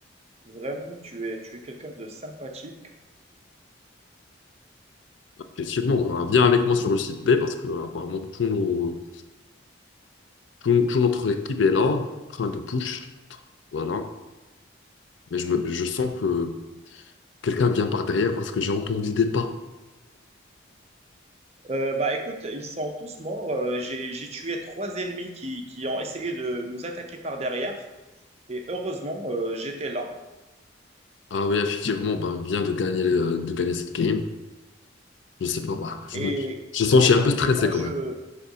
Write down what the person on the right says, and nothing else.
Vraiment, tu es, tu es quelqu'un de sympathique.
Euh, bah écoute, ils sont tous morts. Euh, j'ai, j'ai tué trois ennemis qui, qui ont essayé de nous attaquer par derrière. Et heureusement, euh, j'étais là.
Et,
et,
et moi, je,